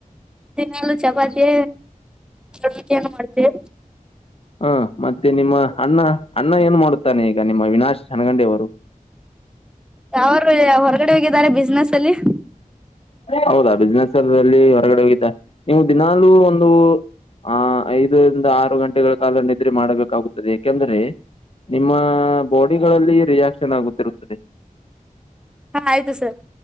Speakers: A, in the centre; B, on the left.
A: ದಿನಲ್ಲೂ ಚಪಾತಿ ಗಣಟಿಯನ್ನು ಮಾಡ್ತೇವಿ
B: ಹಾ ಮತ್ತೆ ನಿಮ್ಮ ಅಣ್ಣ ಅಣ್ಣ ಏನು ಮಾಡುತ್ತಾನೆ ಈಗ ನಿ ವಿನಾಶ್ ಜನಗಂಡೆ ಅವರು
A: ಯರು ಹೊರಗಡೆ ಹೋಗಿದ್ದಾರೆ ಬಿಸ್ನೆಸ್ ಅಲ್ಲಿ
B: ಹೌದಾ ಬಿಸ್ಿನೆಸ್ ಅಲ್ಲಿ ಹೊರಗಡೆ ಹೋಗಿದ್ದೆ ನೀವು ದಿನಾಲೂ ಒಂದು ಆ ಐದರಿಂದ ಆರು ಗಂಟೆಗಳ ಕಾಲ ನಿದ್ರೆ ಮಾಡ್ಬೇಕಾಗುತ್ತದೆ ಯಾಕೆಂದ್ರೆ ನಿಮ್ಮ ಬಾಡಿಗಳಲ್ಲಿ ರಿಯಾಕ್ಷನ್ ಆಗುತ್ತಿರುತ್ತದೆ
A: ಹಾ ಆಯ್ತು ಸರ್